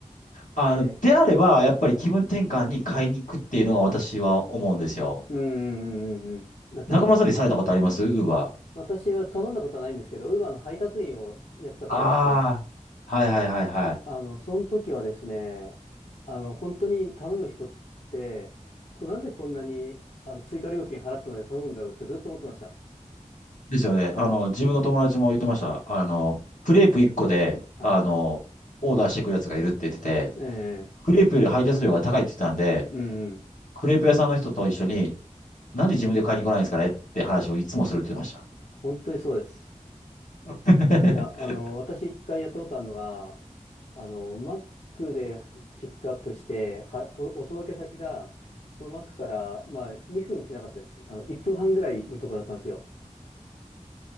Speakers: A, on the left (about 80°); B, on the left (about 60°).
A: あの、
B: だって、
A: であれば、やっぱり気分転換に買いに行くっていうのが私は思うんですよ。
B: うんうんうんうんうん。だってあの、
A: 中村さんでされたことありますウーバ
B: 私は頼んだことはないんですけど、ウーバーの配達員をやってたことがあって、
A: ー。ああー、はいはいはいはい。
B: あの、その時はですね、あの、本当に頼む人って、こなんでこんなにあの追加料金払ってまで頼むんだろうってずっと思ってました。
A: ですよね。あの、自分の友達も言ってました。あの、クレープ1個で、
B: はい。
A: あの、オーダーしてくるやつがいるって言ってて、
B: ええ、
A: クレープより配達料が高いって言ってたんで、
B: うんうん。
A: クレープ屋さんの人と一緒に、なんで自分で買いに来ないんですかねって話をいつもするって言ってました。
B: 本当にそうです。
A: <laughs>
B: いや、あの、私一回やったことあるのが、あの、Mac でピックアップして、は、と、お届け先が、その Mac から、まあ、2分しなかったです。あの、1分半ぐらいのとこだったんですよ。